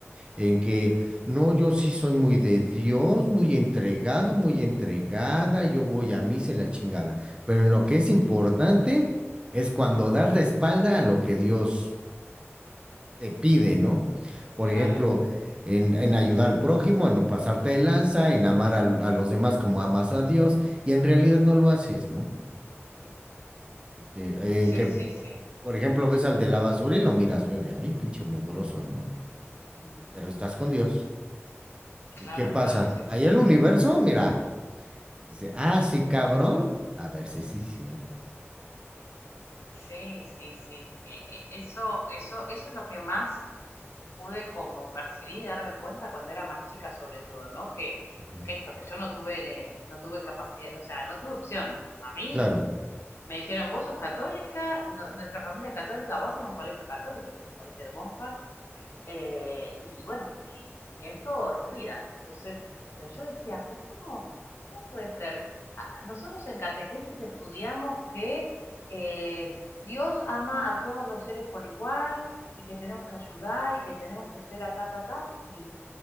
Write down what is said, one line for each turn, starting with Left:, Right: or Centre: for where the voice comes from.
Right: en que no, yo sí soy muy de Dios, muy entregado, muy entregada, yo voy a misa y la chingada. Pero en lo que es importante es cuando das la espalda a lo que Dios te pide, ¿no? Por
Left: claro.
Right: ejemplo, en, en ayudar al prójimo, en no pasarte de lanza, en amar al- a, los demás como amas a Dios, y en realidad
Left: Mm,
Right: no lo haces, ¿no?
Left: mm.
Right: Que- eh,
Left: Sí,
Right: en que,
Left: sí, sí.
Right: por ejemplo, ves al de la basura y lo miras feo de, ay, pinche mugroso, ¿no?
Left: Mm,
Right: Pero estás con Dios. ¿Y
Left: Claro,
Right: qué pasa?
Left: claro, sí, sí,
Right: Ahí
Left: sí.
Right: el universo, mira. Dice, ah, sí, cabrón. A ver si sí es cierto.
Left: Sí, sí, sí. E- e- Eso, eso, eso es lo que más pude como percibir y darme cuenta cuando era más chica, sobre todo, ¿no? Que,
Right: Ujú.
Left: que esto, que yo no tuve, eh, no tuve capacidad, o sea, no tuve opción. A mí
Right: Claro,
Left: me dijeron, vos sos católica, no- nuestra familia es católica, vas a ir a un colegio católico, yo fui a un colegio de monjas, eh, y bueno, y, y esto es tu vida. Entonces, pero yo decía, pero ¿cómo, cómo puede ser? Ah, Nosotros en catequesis estudiamos que eh, Dios ama a todos los seres por igual y que tenemos que ayudar y que tenemos que ser a ta, ta, ta. Y,